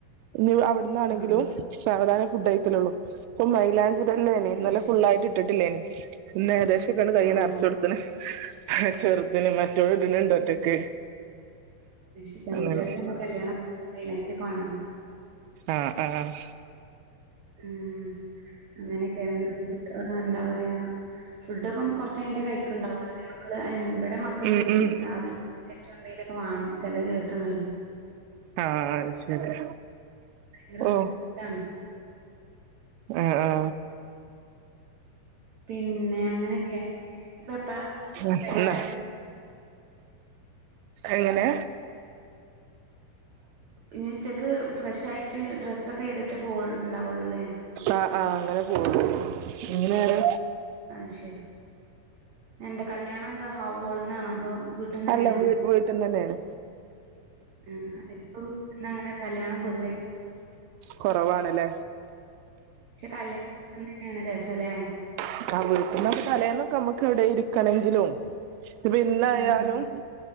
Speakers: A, on the right; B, on the right.
A: ഇനി അവിടന്നാണെങ്കിലും
B: ആഹ്
A: സാവധാനം ഫുഡ് കൈകലള്ളു ഇപ്പൊ മൈലാഞ്ചി ഇടൽ ലേനി ഇന്നലെ
B: അയ്ശരി
A: ഫുൾ ആയിട്ട് ഇട്ടിട്ടില്ലേനി ഇന്നേകദേശം ഒക്കെയാണ്ട് കയ്യ്
B: ഓഹ്
A: നെറച്ച് കൊടുത്തിന് ചെറുതിന് മറ്റോൾ ഇടണ്ട് ഒറ്റക്ക്
B: ശെരിയാ പെൺകുട്ടികളാവുമ്പോ
A: അങ്ങനെ
B: കല്യാണം മൈലാഞ്ചി ഒക്കെ വേണല്ലോ
A: ആഹ് ആഹ്
B: ഉം അങ്ങനെയൊക്കെ എന്താ പറയാ ഫുഡ് അപ്പം കൊറച്ച് കഴിഞ്ഞട്ട് കഴിക്കുണ്ടാവുള്ളൂ ലേ മക്കള് ഇവിടെ മക്കൾക്ക്
A: ഉം ഉം
B: രാവിലെ എണീറ്റ എന്തേലൊക്കെ വേണം ചില ദിവസങ്ങളില്
A: ആഹ് ശരി
B: ഭയങ്കര ബുദ്ധിമുട്ടാണ്
A: ഓ ആഹ് ആഹ്
B: പിന്നെ അങ്ങനെയൊക്കെ ഇപ്പൊ എപ്പഴാ
A: മക്കള്
B: പരിപാടി
A: എങ്ങനെ
B: ഇനി ഉച്ചക്ക് ഫ്രഷ് ആയിട്ട് ഡ്രസ്സൊക്കെ ചെയ്തിട്ടേ പോവ്ണ്ടാവുകയുള്ളൂ അല്ലേ
A: ആഹ് ആഹ് അങ്ങനെ പോവൊള്ളൂ ഇനി വേറെ
B: ആഹ് ശരി എന്താ കല്യാണം എന്താ ഹാൾന്നാണോ അതോ വീട്ടന്ന് തന്നെയാണോ
A: അല്ല വീ വീട്ടിന്നന്നേണ്
B: ആഹ് ഇപ്പോ വിട്ടിന്ന് അങ്ങനെ കല്യാണം പൊതുവേ
A: കുറവാണല്ലേ
B: പക്ഷെ കല്യാണം തന്നെയാണ് രസല്ലേ.
A: <unintelligible> തലേന്നൊക്കെ നമുക്ക് എവിടെ ഇരിക്കണെങ്കിലും. ഇതിപ്പെ ഇന്നായാലും
B: ഉം